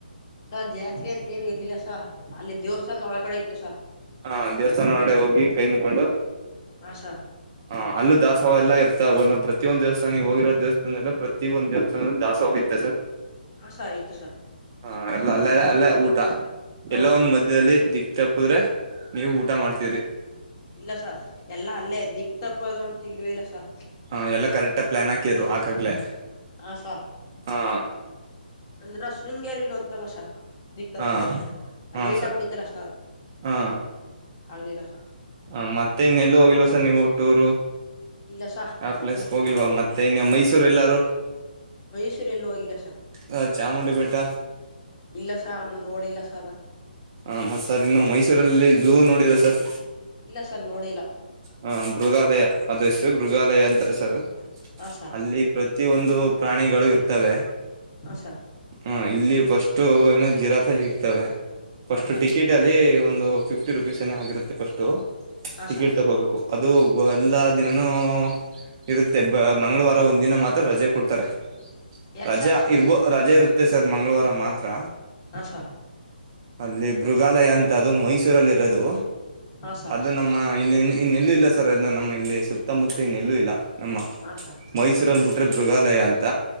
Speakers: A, on the left (about 20°); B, on the right (about 20°).
A: ಸ ಜಾತ್ರೆ ಅಂತ ಏನ್ ಇರ್ಲಿಲ್ಲ ಸ ಅಲ್ಲಿ ದೇವ್ಸ ಅಂದ ಒಳಗಡೆ ಇತ್ತು ಸ
B: ಹಾ ದೇವಸ್ಥಾನ ಒರಡೆ ಹೋಗಿ ಕೈ ಮುಕೊಂಡು
A: ಆಸಾ
B: ಹ ಅಲ್ಲ ದಾಸವ ಎತ ಒಂದ ಪ್ರಿಯೊಂದ ದೇವಸ್ಥಾನಿಗೆ ಹೋಗಿರೋ ದೇವಸ್ಥಾನ ಎಲ್ಲ ಪ್ರತಿ ಪ್ರತಿ ಒಂದಂದು ದಿವಸ ದಾಸ ಹೋಗಯ್ತೆ ಸರ್
A: ಹಾ ಸ ಆಯ್ತು ಸರ್
B: ಹ ಎಲ್ಲ ಅಲ್ಲ ಅಲ್ಲೇ ಊಟ
A: ಹೌದು
B: ಎಲ್ಲೋ
A: ಸ
B: ಒಂದ್ ಮಧ್ಯದಲ್ಲಿ ದಿಕ್ <unintelligible> ನೀವು ಊಟ ಮಾಡ್ತೀ
A: ಇಲ್ಲ ಸ ಎಲ್ಲಾ ಅಲ್ಲೇ ದಿಕ್ ತಪ್ಪ ಅದು ಅಂತ ಇಲ್ವೇ ಇಲ್ಲ ಸ
B: ಹ ಎಲ್ಲ ಕರೆಕ್ಟ ಪ್ಲಾನ್ ಹಾಕಿದ್ರು ಆಕಾಗ್ಲೆ
A: ಹ ಸ
B: ಹಾ
A: ಅಂದ್ರ ಶೃಂಗೇರಿ ಇಲ್ ಅಂತ ಮಸ ದಿ ತಪ್ಪದು
B: ಹ
A: ಅ
B: ಹಾ ಸರ್
A: ಟ್ ಆಗಡಿತಲ್ಲಸ
B: ಹಾ
A: ಆಗಲಿಲ್ಲ ಸ
B: ಹ ಮತ್ತೆ ಇನ್ನೆಲ್ಲ ಹೋಗಿಲ್ವ ಸರ್ ನೀವು ಹುಟ್ಟೂರು
A: ಇಲ್ಲ ಸ
B: ಆ
A: ಅದ್ಬಿಟ್ರಿ
B: ಪ್ಲೇಸ್ ಹೋಗಿಲ್ವಾ
A: ಎಲ್ಲೋ ಇಲ್ಲ
B: ಮತ್ತೆ ಇನ್ ಮೈಸೂರು ಎಲ್ಲಾರು
A: ಮೈಸೂರ್ ಎಲ್ಲೋವಾಗಿಗಿಲ್ಲಸ
B: ಹ ಚಾಮುಂಡಿ ಬೆಟ್ಟ
A: ಇಲ್ಲ ಸ ನನ್ ನೋಡ ಇಲ್ಲ ಸ ಬ
B: ಹ ಮತ್ ಸರ್ ಇನ್ನು ಮೈಸೂರಲ್ಲಿ ಝೂ ನೋಡಿದರ ಸರ್
A: ಇಲ್ಲ ಸರ್ ನೋಡಿಲ್ಲ
B: ಹ ಮೃಗಾಲಯ ಅದುಷ್ಟು ಮೃಗಾಲಯ ಅಂತಾರೆ ಸರ್
A: ಆ ಸಾ
B: ಅಲ್ಲಿ ಪ್ರತಿ ಒಂದು ಪ್ರಾಣಿಗಳು ಇರ್ತವೆ
A: ಆಶಾ
B: ಹ ಇಲ್ಲಿ ಫಸ್ಟು ಏನ ಜಿರಪೆ ಸಿಗ್ತವೆ ಫಸ್ಟ್
A: ಹಾ ಸ
B: ಟಿಕೆಟ್ ಅಲ್ಲಿ ಒಂದು ಫಿಫ್ಟಿ ರುಪೀಸ್ ಏನ ಆಗಿರುತ್ತೆ ಫಸ್ಟ್
A: ಹಾ
B: ಟಿಕೆಟ್
A: ಸ
B: ತಗೋಬೇಕು ಅದು ಎಲ್ಲ ದಿನನೂ ಇರುತ್ತೆ ಬ ಮಂಗಳವಾರ ಒಂದಿನ ಮಾತ್ರ ರಜೆ ಕೊಡ್ತಾರೆ
A: ಯಾಕ್
B: ರಜೆ
A: ಸ
B: ಇರ್ಬೋ ರಜೆ ಇರುತ್ತೆ ಸರ್ ಮಂಗಳವಾರ ಮಾತ್ರ
A: ಆಸ
B: ಅಲ್ಲಿ ಮೃಗಾಲಯ ಅಂತ ಅದು ಮೈಸೂರಲ್ಲಿ ಇರೋದು
A: ಹಾ ಸ
B: ಅದು ನಮ್ಮ ಇಲ್ಲಿ ಇನ್ನೆಲ್ಲೂ ಇಲ್ಲ ಸರ್ ಅದನ್ನ ನಮ್ಮ ಇಲ್ಲಿ ಸುತ್ತಮುತ್ತ ಇನ್ನೆಲ್ಲೂ ಇಲ್ಲ ನಮ್ಮ
A: ಹಾ ಸ
B: ಮೈಸೂರಲ್ಲಿ ಬಿಟ್ರೆ ಮೃಗಾಲಯ ಅಂತ